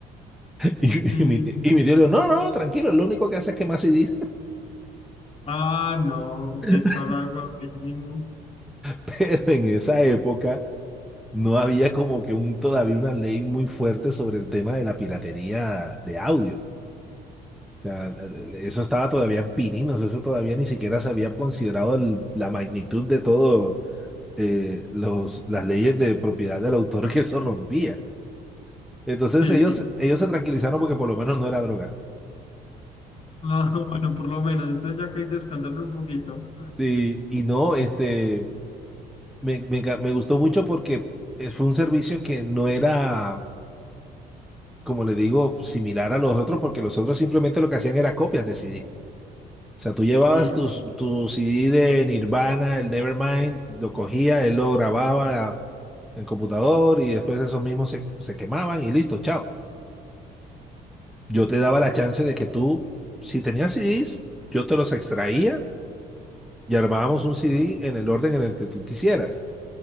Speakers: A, in the centre; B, on the left.
A: Y,
B: Sí.
A: y mi, tío- y mi tío le dijo, no, no, tranquilo, lo único que hace es quemar CDs.
B: Ah, no,
A: <laughs>
B: te echó al agua, primo.
A: Pero en esa época no había como que un, todavía una ley muy fuerte sobre el tema de la piratería de audio. O sea, l- l- eso estaba todavía en pininos, eso todavía ni siquiera se había considerado el- la magnitud de todo eh, los, las leyes de propiedad del autor que eso rompía. Entonces
B: Sí,
A: ellos,
B: sí.
A: ellos se tranquilizaron porque por lo menos no era droga.
B: Ah, <laughs> bueno, por lo menos, entonces ya que hay descansar un poquito.
A: Y, y no, este, Me, me ga- me gustó mucho porque es- fue un servicio que no era, como le digo, similar a los otros, porque los otros simplemente lo que hacían era copias de CD. O sea, tú llevabas
B: Sí,
A: tus- tu, CD de Nirvana, el Nevermind, lo cogía, él lo grababa en el computador y después esos mismos se, se quemaban y listo, chao. Yo te daba la chance de que tú, si tenías CDs, yo te los extraía y armábamos un CD en el orden en el que tú quisieras,